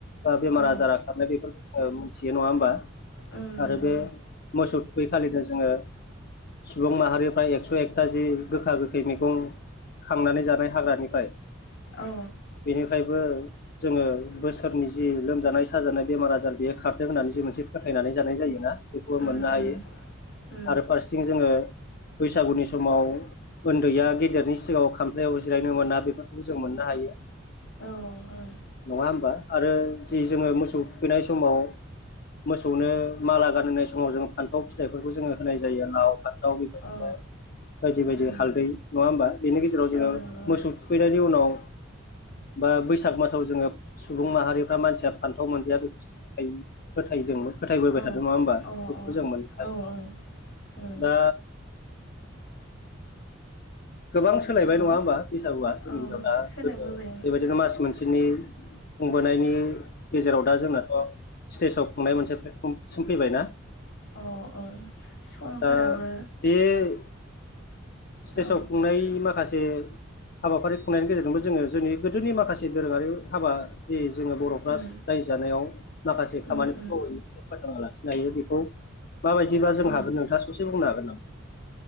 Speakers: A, on the left; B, on the left.
A: बा बेमार
B: औ
A: आजारा खारनाय बेफोरफोरखौसो मोनथियो नङा होमबा
B: ओं नंगौ
A: आरो बे मोसौ थुखै खालिनो जोङो सुबुं माहारिफ्रा एकस' एकथाजि गोखा गोखै मैगं खांनानै जानाय हाग्रानिफ्राय
B: ओं औ
A: बेनिफ्रायबो जोङो बोसोरनि जि लोमजानाय साजानाय बेमार आजार बेयो खारदों होननानै जि मोनसे फोथायनानै जानाय जायोना बेखौबो
B: उम
A: मोननो
B: उम
A: हायो
B: उम
A: आरो फारसेथिं जोङो बैसागुनि समाव उन्दैया गेद देरनि सिगाङाव खामफ्लायाव जिरायनो मोना बेफोरखौबो जों मोननो हायो
B: अ अ
A: नङा होमबा आरो जि जोङो मोसौ थुखैनाय समाव मोसौनो माला गानहोनाय समाव जों फान्थाव फिथाइफोरखौ जोङो होनाय जायो आव बा दाव बेबायदिनो
B: ओं औ
A: बायदि बायदि
B: उम
A: हालदै नङा होमबा। बेनि गेजेराव जोङो
B: औ नंगौ
A: मोसौ थुखैनायनि उनाव बा बैसाग मासाव जोङो सुबुं माहारिफ्रा मानसिया फान्थाव मोनजाया बेखौ जों फोथायो। फोथायदोंमोन फोथायबोबाय
B: ओं
A: थादों नङा होमबा।
B: औ अ
A: बेखौबो जों मोननो हायो।
B: अ औ ओं उम
A: दा गोबां सोलायबाय
B: अ
A: नङा होमबा बैसागुआ जोंनि
B: औ
A: हनाव दा
B: सोलायबोबाय
A: गोदो बेबायदिनो मास मोनसेनि खुंबोनायनि गेजेराव दा जोंनाथ' स्टेजाव खुंनाय मोनसे प्लेटफर्मसिम फैबाय ना।
B: अ औ समफोराबो
A: दा बे स्टेजाव
B: औ
A: खुंनाय माखासे हाबाफारि खुंनायनि गेजेरजोंबो जोङो जोंनि गोदोनि माखासे दोरोङारि हाबा जे जोङो बर'फ्रा
B: उम
A: रायजो जानायाव माखासे
B: उम
A: खामानिफोरखौ
B: उम
A: फोथांना लाखिनो हायो बेखौ माबायदिबा जों
B: उम
A: हागोन नोंथाङा ससे बुंनो हागोन नामा?